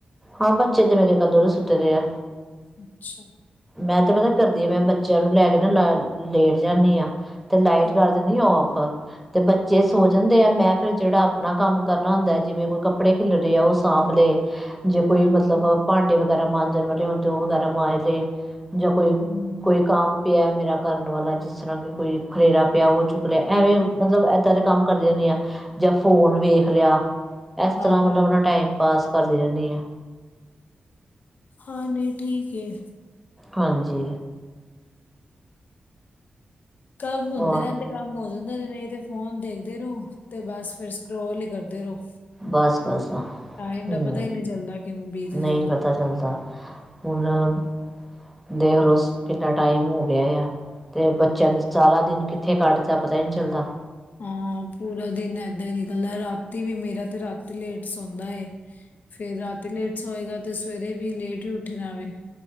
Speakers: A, in the centre; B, on the left.
A: ਹਾਂ ਬੱਚੇ ਤੇ, ਮੇਰੇ ਕਦੋਂ ਦੇ ਸੁੱਟੇਦੇ ਆ।
B: ਅੱਛਾ
A: ਮੈਂ ਤੇ ਪਤਾ ਕੀ ਕਰਦੀ ਆ, ਮੈਂ ਬੱਚਿਆਂ ਨੂੰ ਨਾਲ ਲੈ ਕੇ ਲੇਟ ਜਾਂਦੀ ਹਾਂ। ਤੇ ਲਾਈਟ,
B: ਹਾਂਜੀ,
A: ਕਰ ਦੇਣੀ ਔਫ ਤੇ ਬੱਚੇ ਸੋ ਜਾਂਦੇ ਆ, ਮੈਂ ਫਿਰ ਜਿਹੜਾ ਆਪਣਾ ਕੰਮ ਕਰਨਾ ਹੁੰਦਾ, ਜਿਵੇਂ ਕੋਈ ਕੱਪੜੇ ਖਿਲਰੇ ਆ ਉਹ ਸਾਂਭ ਲਏ ਜੇ ਕੋਈ
B: ਹਾਂਜੀ,
A: ਮਤਲਬ ਭਾਂਡੇ ਵਗੈਰਾ ਮਾਂਜਣ ਵਾਲੇ ਹੋਣ, ਤੇ ਉਹ ਵਗੈਰਾ ਮਾਂਜ ਲਏ। ਜਾਂ ਕੋਈ-ਕੋਈ
B: ਹੂੰ,
A: ਕੰਮ ਪਿਆ ਮੇਰਾ ਕਰਨ ਵਾਲਾ ਜੀ ਜਿਸ ਤਰ੍ਹਾਂ ਕਿ, ਕੋਈ ਖਲੇਰਾ ਪਿਆ ਉਹ ਚੁੱਕ ਲਿਆ, ਐਵੇਂ ਮਤਲਬ ਇੱਦਾਂ ਦੇ ਕੰਮ ਕਰਦੀ ਰਹਿਦੀ ਹਾਂ। ਜਾਂ ਫੋਨ ਵੇਖ ਲਿਆ, ਇਸ
B: ਹਾਂਜੀ,
A: ਤਰ੍ਹਾਂ ਮਤਲਬ
B: ਹਾਂਜੀ।
A: ਆਪਣਾ ਟਾਈਮ, ਪਾਸ ਕਰਦੀ ਰਹਿੰਦੀ ਆ।
B: ਹਾਂ ਨ, ਹੀਂ ਠੀਕ ਏ।
A: ਹਾਂਜੀ।
B: ਕੰਮ ਹੁੰਦੇ
A: ਹੋਰ
B: ਰਹਿੰਦੇ। ਕੰਮ ਹੋ ਜਾਂਦਾ ਜੇ, ਨਹੀਂ ਤੇ ਫੋਨ ਦੇਖਦੇ ਰਹੋ ਤੇ, ਬਸ ਫੇਿਰ ਸਕਰੋਲ ਹੀ ਕਰਦੇ ਰਹੋ।
A: ਬਸ ਬਸ
B: ਟਾਈਮ ਦਾ
A: ਹੂੰ
B: ਪਤਾ, ਨਹੀ ਚੱਲਦਾ ਕਿਵੇਂ ਬੀਤ
A: ਨਹੀਂ
B: ਜਾਂਦਾ।
A: ਪਤਾ ਚੱਲਦਾ ਹੁਣ, ਦੇਖ ਲਓ ਕਿੰਨਾ ਟਾਈਮ ਹੋ ਗਿਆ ਆ। ਤੇ ਬੱਚਿਆਂ ਨੇ, ਸਾਰਾ ਦਿਨ ਕਿੱਥੇ ਕੱਢ ਤਾਂ ਪਤਾ ਹੀ ਨਹੀਂ ਚੱਲਦਾ।
B: ਹਾਂ ਪੂਰਾ ਦਿਨ, ਏਦਾਂ ਹੀ ਨਿਕਲਦਾ, ਰਾਤੀ ਵੀ ਮੇਰਾ ਤੇ ਰਾਤੀ ਲੇਟ ਸੌਂਦਾ ਏ ਫੇਰ ਰਾਤੀ ਲੇਟ ਸੋਂਏਗਾ, ਤੇ ਸਵੇਰੇ ਵੀ ਲੇਟ ਹੀ ਉੱਠਦਾ ਵੈ।